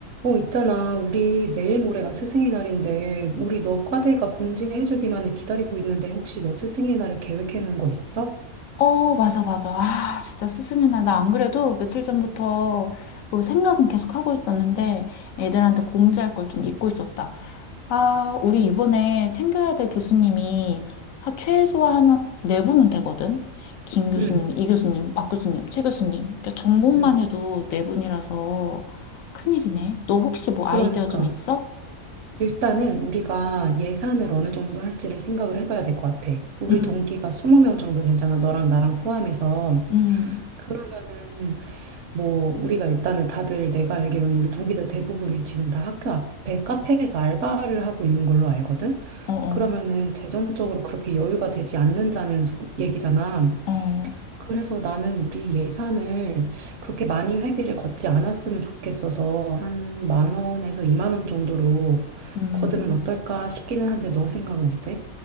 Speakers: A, on the right; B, on the left.
A: 어, 있잖아. 우리 내일 모레가 스승의 날인데, 우리 너 과대가 공지해주기만을 기다리고 있는데, 혹시 너 스승의 날에 계획해 놓은 거 있어?
B: 어, 맞아, 맞아. 아, 진짜 스승의 날. 나 안 그래도 며칠 전부터 그 생각은 계속 하고 있었는데 애들한테 공지할 걸 좀 잊고 있었다. 아, 우리 이번에 챙겨야 될 교수님이 한 최소한 한네 분은 되거든. 김 교수님,
A: 응,
B: 이 교수님, 박 교수님, 최 교수님. 그러니까 전공만
A: 응.
B: 해도 네 분이라서 큰일이네. 너 혹시 뭐
A: 그러니까.
B: 아이디어 좀 있어?
A: 일단은 우리가 예산을 어느 정도 할지를 생각을 해봐야 될 것 같아. 우리
B: 응,
A: 동기가 20명 정도 되잖아. 너랑 나랑 포함해서.
B: 응,
A: 그러면은 뭐 우리가 일단은 다들 내가 알기로는 우리 동기들 대부분이 지금 다 학교 앞에 카페에서 알바를 하고 있는 걸로 알거든.
B: 어, 어,
A: 그러면은 재정적으로 그렇게 여유가 되지 않는다는 소- 얘기잖아.
B: 어,
A: 그래서 나는 우리 예산을 그렇게 많이 회비를 걷지 않았으면 좋겠어서 한 만 원에서 이만 원 정도로
B: 음.
A: 걷으면 어떨까 싶기는 한데 너 생각은 어때?